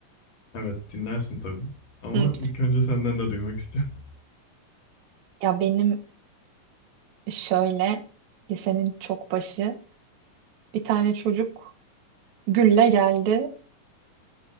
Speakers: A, on the left; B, on the right.
A: Evet dinlersin tabii. Ama
B: Hı.
A: ilk önce senden de duymak istiyorum.
B: Ya benim şöyle lisenin çok başı bir tane çocuk gülle geldi